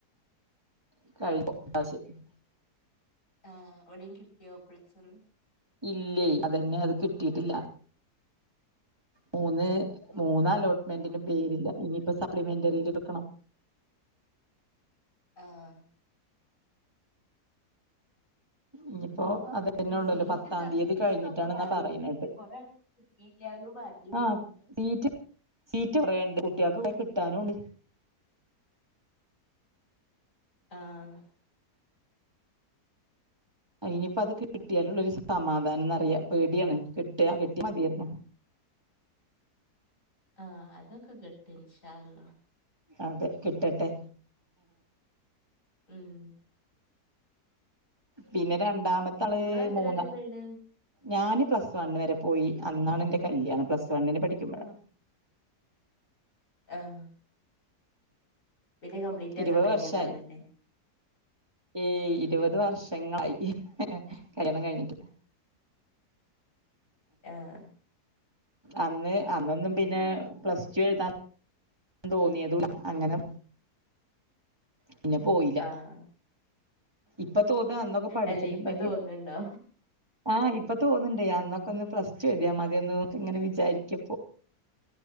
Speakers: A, on the right; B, on the left.
A: <unintelligible>
B: ആഹ് എവിടേം കിട്ട്യോ പ്ലസും
A: ഇല്ലേ അതന്നെ അത് കിട്ടിട്ടില്ല മൂന്ന്
B: ഉം
A: മൂന്നലോട്ട്മെന്റിനും പേരില്ല ഇനിപ്പ സപ്ലിമെന്ററിയില് വെക്കണം
B: ആഹ്
A: ഇനിപ്പോ അതെ ന്നള്ളല്ലോ
B: സീറ്റ്
A: പത്താം
B: വർദ്ധിപ്പിച്ചന്നൊക്കെ
A: തീയതി കഴിഞ്ഞിട്ടാണ്
B: പറയണ്ട്
A: ന്ന പറയണെട്ടെ
B: പക്ഷെ കൊറേ കിട്ടിയില്ലാന്നും പറയണ്ട്
A: ആഹ് സീറ്റ് സീറ്റ് കൊറേണ്ട് കുട്ട്യൾക്കാണെങ്കെ കിട്ടാനുണ്ട്
B: ആഹ്
A: ഇനിപ്പ അത് കിട്ട്യാലുള്ളൊരു സമാധാനംന്ന്റിയ പേട്യാണ് കിട്ട്യാ കിട്ട്യാ മത്യാരുന്നു
B: ആഹ് അതൊക്കെ കിട്ടും ഇൻഷാ അള്ളാ
A: അതെ കിട്ടട്ടെ
B: ഉമ്
A: പിന്നെ രണ്ടാമത്തള്
B: ഇങ്ങളെത്ര
A: മൂന്ന
B: വരെ പോയിണ്
A: ഞാന് പ്ലസ് വണ്ണ് വരെ പോയി അന്നാണ് എന്റെ കല്യാണം പ്ലസ് വണ്ണിന് പഠിക്കുമ്പോഴ
B: ആഹ് പിന്നെ കപ്ലീറ്റാക്കാൻ
A: ഇരുപത്
B: കഴിഞ്ഞിണ്ടാവില്ല
A: വർഷായി
B: ല്ലേ
A: ഏയ് ഇരുപത് വർഷങ്ങളായ് കല്യാണം കഴിഞ്ഞിട്ട്
B: ആഹ്
A: അന്ന് അന്നൊന്നും പിന്നെ പ്ലസ് ടു എഴുതാൻ താൻ തോന്നിയതുല്ല അങ്ങനെ പിന്നെ പോയില്ല
B: ആഹ്
A: ഇപ്പൊ തോന്ന അന്നൊക്കെ പഠിച്ചിട്ട്ണ്ടെങ്കി
B: അല്ല ഇപ്പ തോന്നുന്നുണ്ടോ
A: ആഹ് ഇപ്പൊ തോന്ന്ണ്ടേ അന്നൊക്കെ ഒന്ന് പ്ലസ് ടു എഴുത്യാ മത്യാന്നു ഇങ്ങനെ വിചാരിക്കുപ്പോ